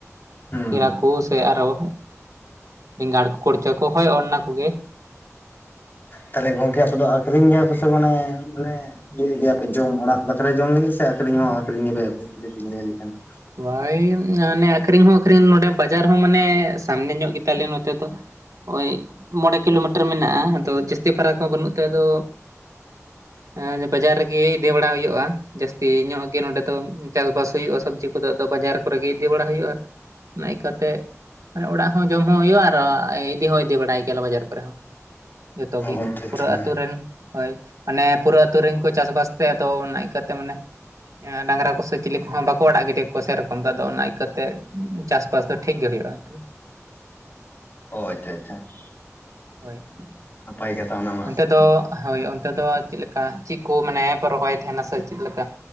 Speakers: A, on the left (about 40°); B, on the right (about 80°).
A: ᱦᱩᱸ
B: ᱠᱮᱲᱟ ᱠᱚ ᱥᱮ ᱟᱨᱚ ᱵᱮᱸᱜᱟᱲ ᱠᱚ ᱠᱩᱲᱪᱟᱹ ᱠᱚ ᱦᱳᱭ ᱚᱱᱟ ᱠᱚᱜᱮ᱾
A: ᱛᱟᱦᱞᱮ ᱜᱚᱝᱠᱮ ᱟᱯᱮ ᱫᱚ ᱟᱹᱠᱷᱨᱤᱧ ᱜᱮᱭᱟ ᱯᱮ ᱥᱮ ᱢᱟᱱᱮ ᱟᱱᱮ ᱤᱭᱟᱹᱭ ᱜᱮᱭᱟᱯᱮ ᱡᱚᱢ ᱚᱲᱟᱜ ᱵᱟᱠᱷᱨᱟ ᱡᱚᱢ ᱞᱟᱹᱜᱤᱫ ᱥᱮ ᱟᱹᱠᱷᱨᱤᱧ ᱦᱚᱸ ᱟᱹᱠᱷᱨᱤᱧ ᱜᱮᱯᱮ ᱟᱯᱮ <unintelligible> ᱞᱮᱠᱷᱟᱱ ᱾
B: ᱦᱳᱭ ᱟᱱᱮ ᱟᱹᱠᱷᱨᱤᱧ ᱦᱚᱸ ᱟᱹᱠᱷᱨᱤᱧ ᱱᱚᱸᱰᱮ ᱵᱟᱡᱟᱨ ᱦᱚᱸ ᱢᱟᱱᱮ ᱥᱟᱢᱱᱮ ᱧᱚᱜ ᱜᱮᱛᱟ ᱞᱮᱭᱟ ᱱᱚᱛᱮ ᱫᱚ᱾ ᱳᱭ ᱢᱚᱬᱮ ᱠᱤᱞᱳᱢᱤᱴᱟᱨ ᱢᱮᱱᱟᱜᱼᱟ ᱟᱫᱚ ᱡᱟᱹᱥᱛᱤ ᱯᱷᱟᱨᱟᱠ ᱦᱚᱸ ᱵᱟᱹᱱᱩᱜ ᱛᱮ ᱟᱫᱚ ᱮᱸ ᱵᱟᱡᱟᱨ ᱨᱮᱜᱮ ᱤᱫᱤ ᱵᱟᱲᱟ ᱦᱩᱭᱩᱜᱼᱟ᱾ ᱡᱟᱹᱥᱛᱤ ᱧᱚᱜ ᱜᱮ ᱱᱚᱸᱰᱮ ᱫᱚ ᱪᱟᱥ-ᱵᱟᱥ ᱦᱩᱭᱩᱜᱼᱟ ᱥᱚᱵᱽᱡᱤ ᱠᱚᱫᱚ ᱟᱫᱚ ᱵᱟᱡᱟᱨ ᱠᱚᱨᱮ ᱜᱮ ᱤᱫᱤ ᱵᱟᱲᱟ ᱦᱩᱭᱩᱜᱼᱟ᱾ ᱱᱟᱹᱭ ᱠᱟᱛᱮ ᱢᱟᱱᱮ ᱚᱲᱟᱜ ᱦᱚᱸ ᱡᱚᱢ ᱦᱚᱸ ᱦᱳᱭᱳᱜᱼᱟ ᱟᱨ ᱤᱫᱤ ᱦᱚᱸ ᱤᱫᱤ ᱵᱟᱲᱟᱭ ᱜᱮᱭᱟ ᱞᱮ ᱵᱟᱡᱟᱨ ᱠᱚᱨᱮ ᱦᱚᱸ ᱡᱚᱛᱚ
A: ᱚ
B: ᱜᱮ
A: ᱟᱪᱪᱷᱟ
B: ᱯᱩᱨᱟᱹ
A: ᱟᱪᱪᱷᱟ
B: ᱟᱹᱛᱩ ᱨᱮᱱ ᱾ ᱦᱳᱭ, ᱢᱟᱱᱮ ᱯᱩᱨᱟᱹ ᱟᱛᱩ ᱨᱮᱝ ᱠᱚ ᱪᱟᱥ-ᱵᱟᱥ ᱛᱮ ᱟᱫᱚ ᱚᱱᱟ ᱠᱟᱹᱛᱮ ᱢᱟᱱᱮ ᱰᱟᱝᱨᱟ ᱠᱚᱥᱮ ᱪᱤᱞᱤ ᱠᱚᱦᱚᱸ ᱵᱟᱠᱚ ᱟᱲᱟᱜ ᱜᱤᱰᱤ ᱠᱚᱣᱟ ᱥᱮᱨᱚᱠᱚᱢ ᱫᱚ ᱟᱫᱚ ᱚᱱᱟ ᱟᱠᱟᱛᱮᱫ ᱪᱟᱥ-ᱵᱟᱥ ᱫᱚ ᱴᱷᱤᱠ ᱜᱮ ᱦᱳᱭᱳᱜᱼᱟ ᱛᱟᱹᱣ ᱾
A: ᱚ ᱟᱪᱪᱷᱟ ᱟᱪᱪᱷᱟ ᱾
B: ᱦᱳᱭ ᱾
A: ᱱᱟᱯᱟᱭ ᱠᱟᱛᱷᱟ ᱚᱱᱟᱢᱟ ᱾
B: ᱚᱱᱛᱮ ᱫᱚ ᱦᱳᱭ ᱚᱱᱛᱮ ᱫᱚ ᱪᱮᱫ ᱞᱮᱠᱟ ᱪᱮᱫ ᱠᱚ ᱢᱟᱱᱮ ᱯᱮ ᱨᱚᱦᱚᱭ ᱛᱟᱦᱮᱸᱱᱟ ᱥᱮ ᱪᱮᱫ ᱞᱮᱠᱟ?